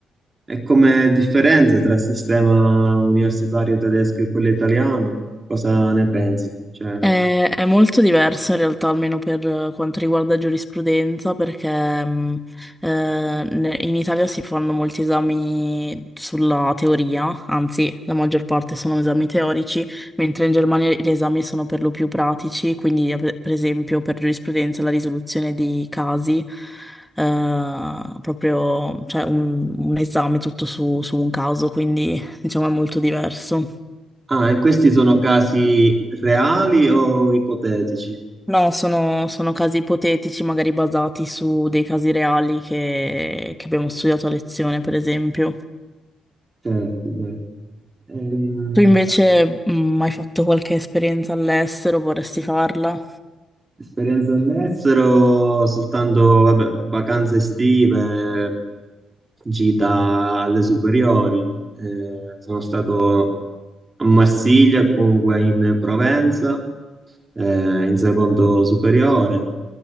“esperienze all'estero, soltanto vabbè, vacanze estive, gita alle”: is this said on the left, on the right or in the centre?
Right